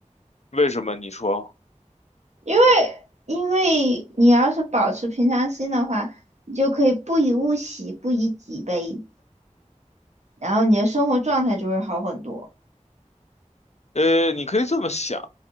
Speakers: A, on the left; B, on the right.
A: 为什么你说？
B: 因为因为你要是保持平常心的话，你就可以不以物喜，不以己悲，然后你的生活状态就会好很多。
A: 呃，你可以这么想，